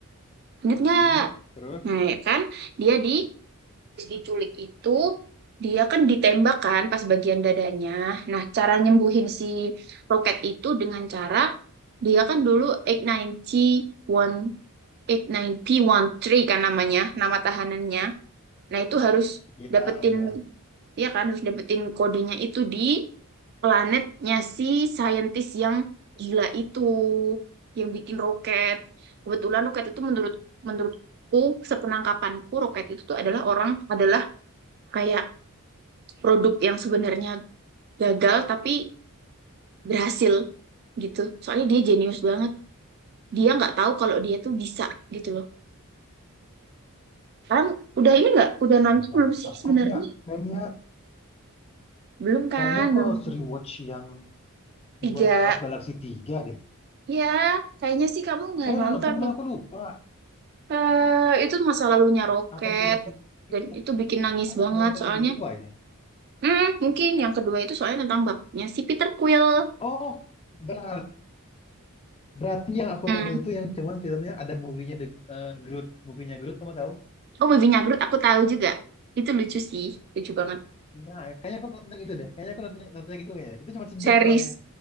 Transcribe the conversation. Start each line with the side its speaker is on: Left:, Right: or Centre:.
Right: Ingat
Left: Mm-mm.
Right: nggak?
Left: Terus?
Right: Nah, ya kan? Dia di diculik itu dia kan ditembak kan pas bagian dadanya. Nah, cara nyembuhin si roket itu dengan cara dia kan dulu 891 891P13 kan namanya, nama tahanannya. Nah, itu harus
Left: Iya,
Right: dapetin
Left: iya.
Right: ya kan harus dapetin kodenya itu di planetnya si saintis yang gila itu yang bikin roket. Kebetulan roket itu menurut menurutku sepenangkapanku roket itu tuh adalah orang adalah kayak produk yang sebenarnya gagal tapi berhasil gitu. Soalnya dia jenius banget. Dia nggak tahu kalau dia tuh bisa gitu loh. Kan udah ini nggak? Udah
Left: Bentar.
Right: nanti
Left: bentar.
Right: belum sih
Left: Aku
Right: sebenarnya?
Left: kayaknya kayaknya
Right: Belum kan?
Left: kayaknya aku
Right: Belum
Left: harus rewatch yang
Right: tiga.
Left: Guardian of Galaxy 3 deh.
Right: Ya, kayaknya sih kamu nggak
Left: Saya udah
Right: nonton.
Left: nonton cuma aku lupa
Right: Eh, itu masa lalunya Roket.
Left: apa beda filmnya
Right: Dan itu bikin nangis
Left: Apa
Right: banget
Left: cuma nonton
Right: soalnya.
Left: yang kedua ya?
Right: Hmm, mungkin yang kedua itu soalnya tentang bapaknya si Peter Quill.
Left: Oh, berat- berarti yang aku
Right: Hmm.
Left: tonton itu yang cuman filmnya ada movie-nya The eh, Groot, movie-nya Groot kamu tahu?
Right: Oh, Baby Nyagrut aku tahu juga. Itu lucu sih. Lucu banget.
Left: Nah, kayaknya aku nonton yang itu deh. Kayaknya aku nonton, nonton yang itu kayaknya. Itu cuma sejam
Right: Series.
Left: soalnya